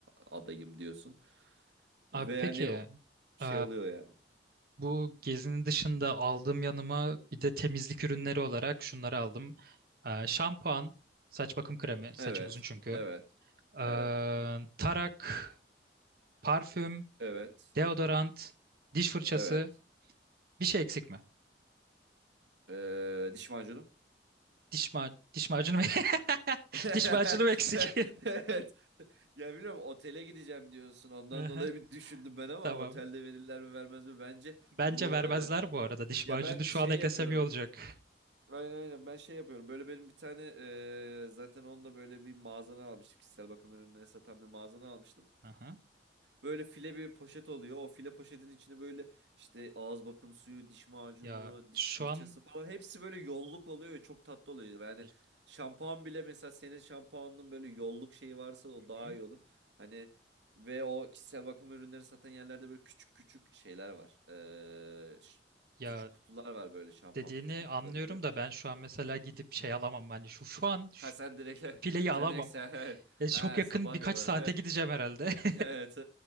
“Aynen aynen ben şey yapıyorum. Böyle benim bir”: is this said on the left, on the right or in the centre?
Right